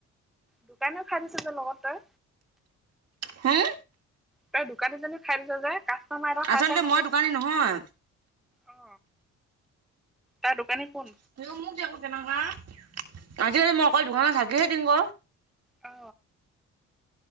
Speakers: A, in the centre; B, on the right.
A: দোকানে খাই দিছে যে লগত তই।
B: হুম?
A: তই দোকানীজনীও খাই দিছে যে, কাষ্টমাৰে ত খাইছে
B: আচলতে
A: খাইছে।
B: মই দোকানী নহয়
A: অ তাৰ দোকানী কোন?
B: <inaudible> মোক দে ক কেনকা। আজিকালি মই অকল দোকানত থাকিহে দিম ক।
A: অ।